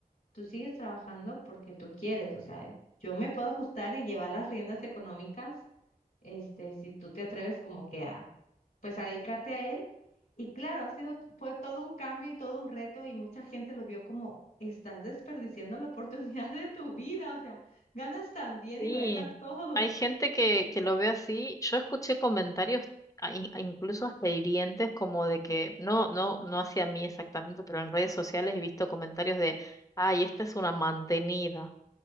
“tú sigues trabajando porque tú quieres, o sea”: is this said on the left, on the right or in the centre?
Left